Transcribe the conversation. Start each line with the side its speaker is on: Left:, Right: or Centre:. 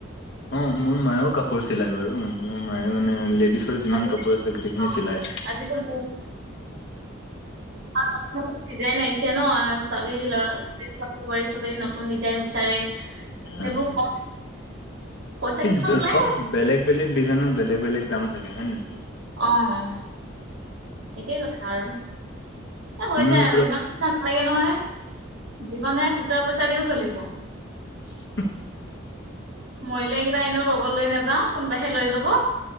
Left: অ', মোৰ মায়েও কাপোৰ চিলাই বাৰু মোৰ মায়ে মানে লেডিছ যিমান
Right: আজিকালি
Left: কাপোৰ আছে গোটেইখিনি
Right: অ
Left: চিলায়।
Right: আজিকালি অ', ডিজাইন আহিছে ন ছোৱালী লৰা ছোৱালী বোৱাৰী চবেই নতুন ডিজাইন বিচাৰে সেইবোৰ
Left: অ'
Right: ক পইচা
Left: এই
Right: কেইটামান ওলাই
Left: চব বেলেগ বেলেগ ডিজাইনৰ বেলেগ বেলেগ দাম থাকে হয়ে নহয়
Right: অ' একেই কথা আৰু এ হৈ
Left: মানে
Right: যায় আৰু
Left: পুৰা
Right: ইমান ইচ্ছা নালাগে নহয় জীৱনহে খুচোৰা পইচা দিও চলিব
Left: <inaudible>
Right: মৰিলে কেইটা এনেও লগত লৈ নাযাওঁ কোনবাহে লৈ ল'ব